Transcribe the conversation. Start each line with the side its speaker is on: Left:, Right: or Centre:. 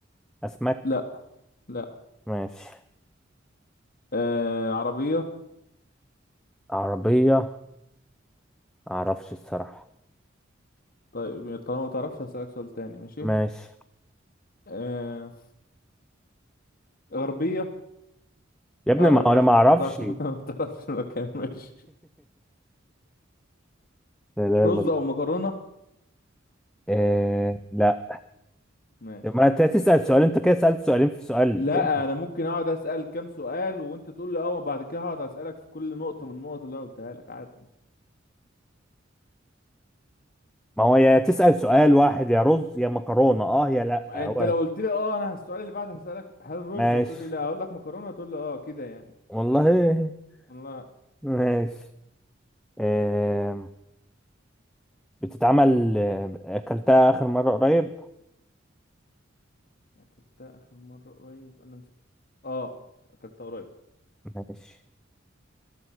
Centre: اسماك
Left: لا لا
Centre: ماشي
Left: آه عربية
Centre: عربيه معرفش الصراحه
Left: طيب طالما ما تعرفش هسألك سؤال تاني ماشي
Centre: ماشي
Left: آه غربية
Centre: يا ابني
Left: اه لا
Centre: ما
Left: ماشي
Centre: انا ما
Left: ما
Centre: اعرفش
Left: انت بتعرف
Centre: <laughs>
Left: <laughs> ما تعرفش المكان ماشي
Centre: لا لا
Left: رز
Centre: لا
Left: او مكرونة
Centre: إيه لا
Left: ماشي
Centre: ما انت تسال سؤال انت كده سالت سؤالين في سؤال
Left: لا
Centre: ايه ده
Left: انا ممكن اقعد اسأل كام سؤال وانت تقول لي اه وبعد كده هقعد اسألك في كل نقطة من النقط اللي انا قلتها لك عادي
Centre: ما هو يا تسال سؤال واحد يا رز يا مكرونه اه يا لا
Left: انت
Centre: هو
Left: لو قلت لي اه انا السؤال اللي بعد هسألك هل رز
Centre: ماشي
Left: هتقول لي لا هقول لك مكرونة هتقول لي اه كده يعني
Centre: والله
Left: الله
Centre: ماشي إيه بتتعمل آه، أكلتها آخر مرة قريب
Left: أكلتها آخر مرة قريب أنا نسيت آه أكلتها قريب
Centre: ماشي